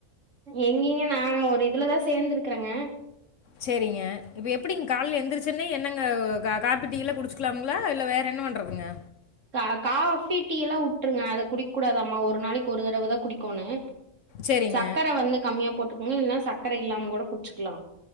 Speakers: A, on the right; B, on the left.
A: எங்கங்க நான் ஒரு இதுலதா சேந்திருக்குறேங்க
B: செரிங்க இப்ப எப்படிங்க கால்ல எழுந்தருச்சுன்னே என்னங்க காப்பி டீலா குடிச்சிக்கலாங்களா இல்ல வேற என்ன பண்றதுங்க
A: கா காஃபி டீலா வுட்டுருங்க அது குடிக்க கூடாதாமா ஒரு நாளைக்கு ஒரு தடவதா குடிக்கோணோ
B: சரிங்க
A: சக்கர வந்து கம்மியா போட்டுக்கோங்க இல்லன்னா சக்கர இல்லாம கூட குச்சுக்கலா